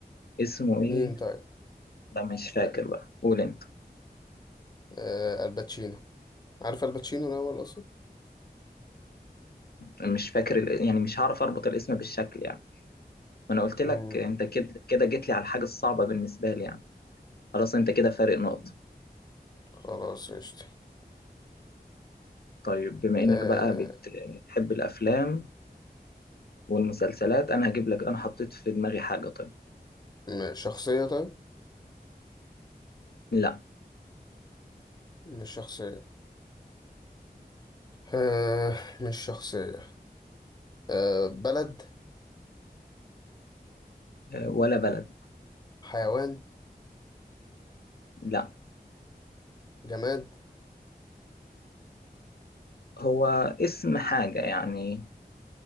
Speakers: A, on the left; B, on the left.
A: اسمه ايه؟
B: مين طيب
A: لا مش فاكر بقى قول انت
B: آه الباتشينو عارف الباتشينو الأول أصلا
A: مش فاكر ال- يعني مش هعرف اربط الاسم بالشكل يعني وانا قلت لك
B: مم.
A: انت كده كده جيت لي على الحاجه الصعبه بالنسبه لي يعني خلاص انت كده فارق نقطه
B: خلاص قشطة
A: طيب بما انك
B: آه
A: بقى بت- بتحب الافلام والمسلسلات انا هجيب لك انا حطيت في دماغي حاجه طيب
B: م- شخصية طيب
A: لا
B: مش شخصية آه مش شخصية آه بلد
A: آه، ولا بلد
B: حيوان
A: لا
B: جماد
A: هو اسم حاجه يعني